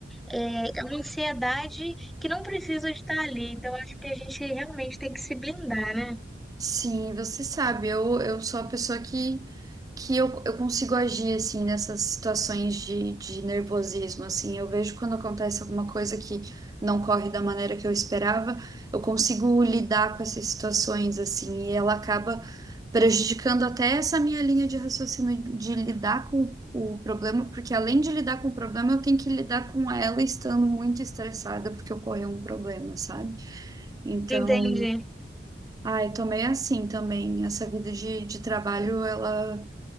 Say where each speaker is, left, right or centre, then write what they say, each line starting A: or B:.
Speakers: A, in the centre; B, on the right.
A: é é uma ansiedade que não precisa de estar ali. Então, acho que a gente realmente tem que se blindar, né?
B: Sim, você sabe, eu, eu sou a pessoa que, que eu, eu consigo agir, assim, nessas situações de, de nervosismo, assim, eu vejo quando acontece alguma coisa que não corre da maneira que eu esperava, eu consigo lidar com essas situações, assim, e ela acaba prejudicando até essa minha linha de raciocínio de lidar com o problema, porque além de lidar com o problema, eu tenho que lidar com ela estando muito estressada porque ocorreu um problema, sabe? Então,
A: Entendi.
B: Ai, tomei assim também. Essa vida de, de trabalho, ela